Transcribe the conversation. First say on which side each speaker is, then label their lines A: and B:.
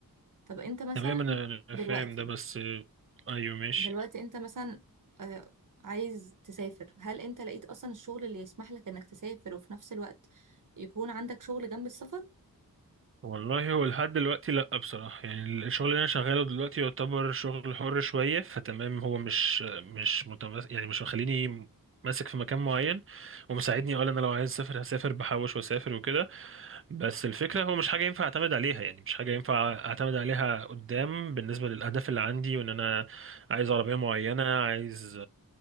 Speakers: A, on the right; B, on the right.
A: طب انت مثلا
B: تمام انا أنا
A: دلوقتي
B: فاهم ده بس آه ايوه ماشي
A: دلوقتي انت مثلا آه عايز تسافر هل انت لقيت اصلا الشغل اللي يسمح لك انك تسافر وفي نفس الوقت يكون عندك شغل جنب السفر
B: والله هو لحد دلوقتي لأ بصراحة يعني الشغل اللي أنا شغاله دلوقتي يعتبر شغل حر شوية فتمام هو مش مش متمس يعني مش مخليني ماسك في مكان معين ومساعدني أقول أنا لو عايز أسافر هسافر بحوش وأسافر وكده بس الفكرة هو مش حاجة ينفع أعتمد عليها يعني مش حاجة ينفع أعتمد عليها قدام بالنسبة للأهداف اللي عندي وإن أنا عايز عربية معينة عايز